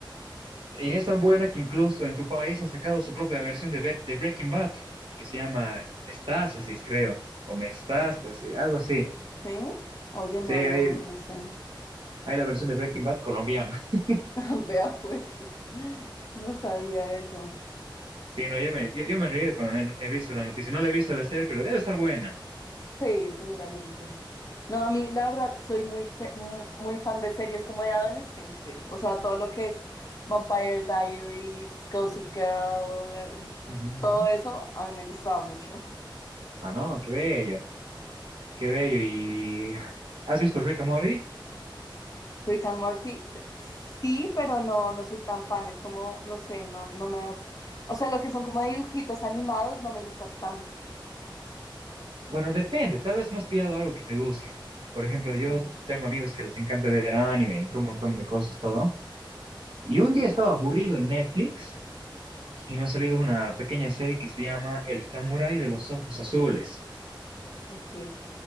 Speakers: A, on the right; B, on the left.
A: Y es
B: Ok.
A: tan buena que incluso en tu país han sacado su propia versión de, Be- de Breaking Bad, que se llama Estásis, creo, o Mestástasis, algo así.
B: ¿Sí? Oye, no,
A: Sí, hay,
B: no, no sé.
A: hay la versión de Breaking Bad colombiana. <laughs>
B: <laughs> Vea pues, no sabía eso.
A: Sí, no, yo me, yo, yo me he reído cuando he, he visto la noticia. No la he visto la serie, pero debe estar buena.
B: Sí, seguramente. No, a mí la verdad soy muy, se- mu- muy fan de series como de adolescentes, o sea, todo lo que es Vampire Diaries, Gossip Girl, eh,
A: Ujú,
B: todo
A: ujú.
B: eso a mí me gustaba mucho.
A: Ah, no, qué bello, qué bello. ¿Y has visto Rick and Morty?
B: Rick and Morty, c- sí, pero no, no soy tan fan, es como, no sé, no, no me... O sea, lo que son como dibujitos animados no me gusta tanto.
A: Bueno, depende, tal vez no has pillado algo que te guste. Por ejemplo, yo
B: Sí.
A: tengo amigos que les encanta ver anime, entre un montón de cosas, todo. Y un día estaba aburrido en Netflix y me ha salido una pequeña serie que se llama El Samurái de los Ojos Azules.
B: Ok,